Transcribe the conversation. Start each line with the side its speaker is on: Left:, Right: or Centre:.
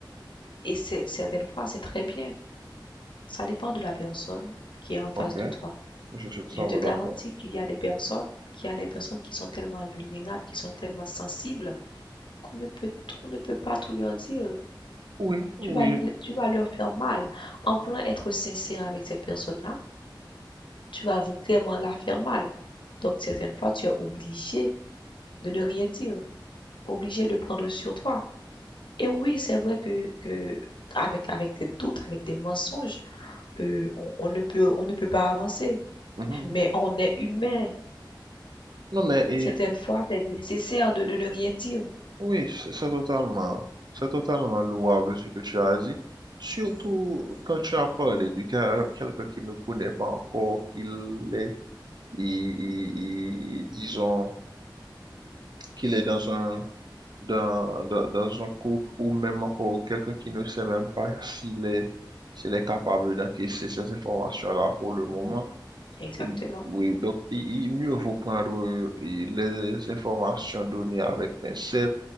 Left: et c'est certaines fois, c'est très bien. Ça dépend de la personne qui est en
Right: Ok,
Left: face de toi.
Right: je suis tout
Left: Je
Right: à
Left: te
Right: fait
Left: garantis
Right: d'accord.
Left: qu'il y a des personnes qu'il y a des personnes qui sont tellement vulnérables, qui sont tellement sensibles qu'on ne peut t on ne peut pas tout leur dire.
Right: Oui, oui.
Left: tu vas, tu vas leur faire mal. En voulant être sincère avec cette personne-là, tu vas vraiment la faire mal. Donc, certaines fois, tu es obligé de ne rien dire, obligé de prendre sur toi. Et oui, c'est vrai que, que avec, avec des doutes, avec des mensonges, euh, on, on ne peut, on ne peut pas avancer.
Right: Mhm, mhm.
Left: Mais on est humain.
Right: Non, mais et,
Left: Certaines fois, c'est nécessaire de, de ne rien dire.
Right: oui, c'est c'est totalement, c'est totalement louable ce que tu as dit. Surtout quand tu as parlé de quel- quelqu'un qui ne connaît pas encore qu'il est, il- il- il- disons, qu'il est dans un, dans, dans, dans un couple ou même encore quelqu'un qui
Left: Mhm.
Right: ne sait même pas s'il est, s'il est capable d'encaisser ces informations-là pour le
Left: Mhm.
Right: moment.
Left: Exactement.
Right: Et- oui, donc il, il- mieux vaut prendre euh, les informations données avec pincette